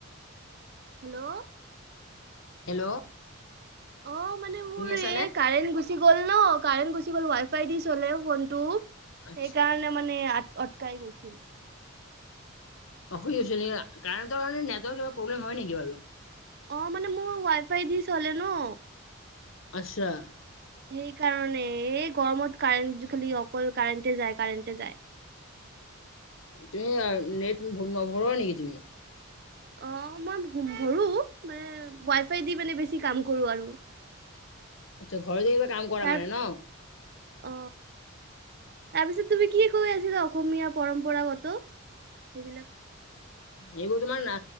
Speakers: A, on the right; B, on the left.
A: হেল্ল?
B: হেল্ল।
A: অঁ মানে মোৰ
B: শুনি আছানে
A: এই কাৰেণ্ট গুচি গ'ল ন। কাৰেণ্ট গুচি গ'ল ৱাইফ ফাই দি চলে ফোনটো। সেইকাৰণে
B: আচ্ছা
A: মানে আ আটকাই গৈছিল।
B: অসুবি হৈছিল নেকি? কাৰেন্ট ৰ কাৰণে নেটৰ প্ৰব্লেম হয় নেকি বাৰু?
A: অঁ মানে মোৰ ৱাইফাই দি চলে ন।
B: আচ্ছা।
A: সেইকাৰণে। এই গৰমত কাৰেণ্ট খালি অকল কাৰেণ্টে যায় কাৰেণ্টে যায় খালি।
B: তুমি নেট নভৰোৱা নেকি তুমি?
A: অঁ মই ভৰো। মানে ৱাইফাই দি মানে বেছি কাম কৰো আৰু। <unintelligible>
B: আচ্ছা ঘৰতে এইবোৰ কাম কৰা
A: তাৰ
B: মানে ন।
A: অ তাৰপিছত তুমি কি কৈ আছিলা অসমীয়া পৰম্পৰাগত সেইবিলাক
B: এইবোৰ তোমাৰা